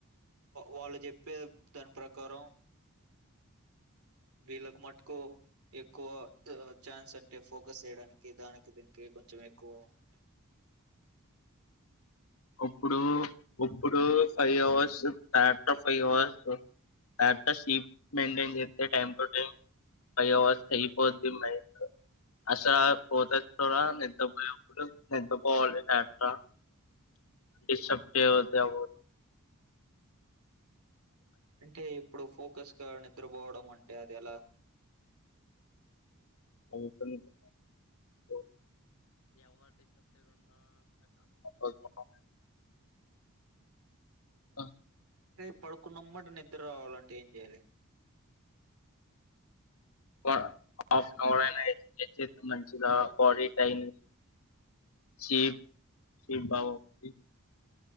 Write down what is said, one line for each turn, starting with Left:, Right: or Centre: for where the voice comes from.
Right: వాళ్ళు చెప్పే దాని ప్రకారం వీళ్ళలకు మటుకు ఎక్కువ ఛాన్స్ అంటే ఫోకస్ చేయడానికి దానికి దీనికి కొంచెం ఎక్కువ ఉంటాయి
Left: ఇప్పుడు ఇప్పుడు five hours tractor five hours tractor seat maintain చేస్తే time to time five hours అయిపోతు మైట్ అసలు పోతే నిదపోయప్పుడు నిదపోవాలి టక్టర్ ఇ సబ్ పవద <unintelligible>
Right: అంటే ఇప్పుడు ఫోకస్ గా నిద్రపోవడం అంటే అది ఎలా
Left: ఎవరు ప్రు <inaudible> ఆ
Right: అంటే పడుకున్నమాట నిద్ర రావాలంటే ఏం చేయాలి
Left: హాఫ్న్ అవర్ అయినా మంచిలా బాడీ టైనిప్ బాంది